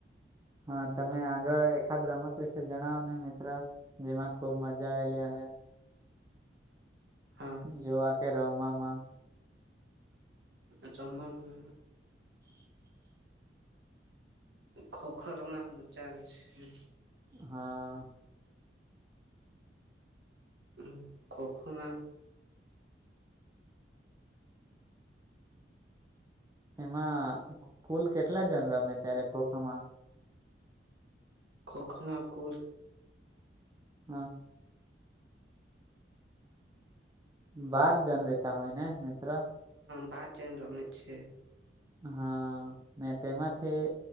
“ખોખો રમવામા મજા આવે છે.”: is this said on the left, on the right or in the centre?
Right